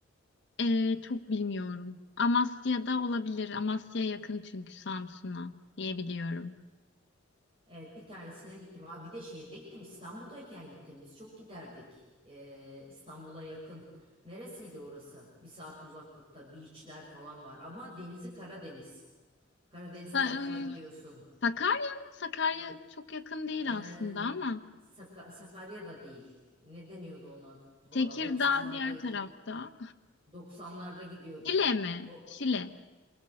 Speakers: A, on the left (about 60°); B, on the right (about 30°).
A: Ee, çok bilmiyorum. Amasya'da olabilir. Amasya yakın çünkü Samsun'a diyebiliyorum.
B: Evet bir tanesine gittim. Aa, bir de şeyde gittim İstanbul'dayken gittim. Biz çok giderdik. Ee, İstanbul'a yakın. Neresiydi orası? Bir saat uzaklıkta beachler falan var ama denizi Karadeniz. Karadeniz
A: Sa-
B: tarafına
A: ım,
B: gidiyorsun.
A: Sakarya mı? Sakarya çok yakın değil
B: Ee,
A: aslında ama.
B: Saka- Sakarya'da değil. Ne deniyordu ona? Valla
A: Tekirdağ
B: 90'larda
A: diğer
B: gidi
A: tarafta.
B: 90'larda gidiyordum.
A: Şile mi?
B: O
A: Şile.